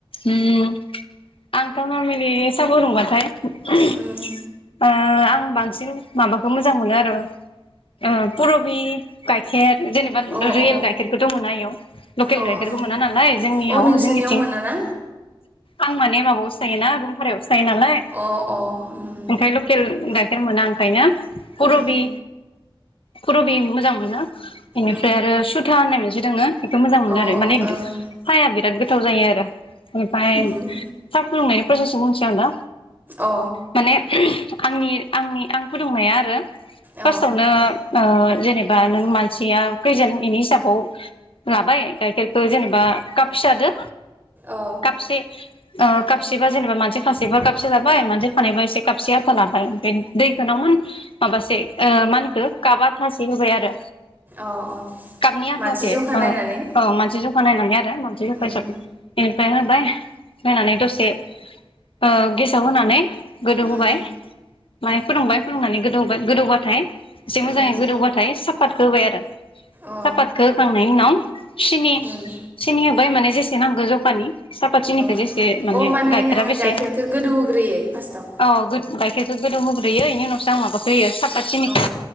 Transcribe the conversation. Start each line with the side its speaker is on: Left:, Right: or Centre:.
Left: उम आंथ'नामिलि सा फुदुंबाथाइ <unintelligible>
Right: उम
Left: ओह आं आं बांसिन माबाखौ मोजां मोनो आरो ओ पुरबि गाइखेर जेनेबा
Right: अ
Left: रियेल
Right: अ
Left: गाइखेरखौथ' मोना इयाव लकेल
Right: ओं
Left: गाइखेरखौ मोना नालाय जोंनियाव
Right: अ नोंसोरनियाव
Left: जोंनिथिं
Right: मोनाना
Left: आं माने माबायावसो थायोना रुम भारायाव सो नालाय
Right: अ अ उम
Left: ओमफ्राय लकेल गाइ गाइखेर मोना ओंखायनो। फुरबि
Right: उम
Left: पुरबि मोजां मोनो। इनिफ्राय
Right: उम
Left: आरो सुथा होननाय <unintelligible> मोनसे दोङो बेखौ मोजां मोनो
Right: अ
Left: आरो
Right: अ
Left: माने
Right: ओं
Left: बिराद गोथाव जायो आरो ओमफ्राय
Right: उम
Left: साहा फुदुंनायनि प्रसेसखौ बुंसै आं दा
Right: अ
Left: माने आंनि आंनि आं फुदुंनाया आरो
Right: अ
Left: फार्स्टआवनो ओ जेनेबा बा नों मानसिया खैजोन इनि हिसाबखौ लाबाय गाइखेरखौ जेनेबा काप फिसा दो
Right: अ
Left: काफसे। ओ काफ कापसेबा जेनेबा मानसि खासेबा खाबसे लाबाय मानसि थानायबा एसे कापसे आदा लाबाय दैखो नावमान माबासे ओ मा होनखो खाब आदासे होबाय आरो।
Right: अ अ
Left: कापनि
Right: मानसि
Left: आथासे
Right: जखा
Left: ओ
Right: नायनानै
Left: औ मानसि ज खा नायनानै आरो मानसि जखा
Right: उम
Left: हिसाबै। फ्राय होबाय होनानै दसे ओ गेसाव होनानै गोदौ
Right: उम
Left: होबाय। बाहाय फुदुंबाय फुदुंनानै गोदौबा गोदौबाथाय एसे
Right: उम
Left: मोजाङै गोदौबाथाय सा पातखो होबाय आरो।
Right: अ
Left: सापातखौ होखांनायनि उनाव सिनि
Right: उम
Left: सिनि होबाय माने जेसे नांगौ जखानि सापात सिनिखौ
Right: अ
Left: जेसे माने
Right: अ
Left: गाइखेरा
Right: नोङो
Left: बेसे
Right: गाइखेरखौ गोदौहोग्रोयो फार्स्टआव
Left: औ। गाइखेरखौ गोदौ होग्रोयो इनि उवसो आं माबाखौ होयो सा पातखिनिखो
Right: अ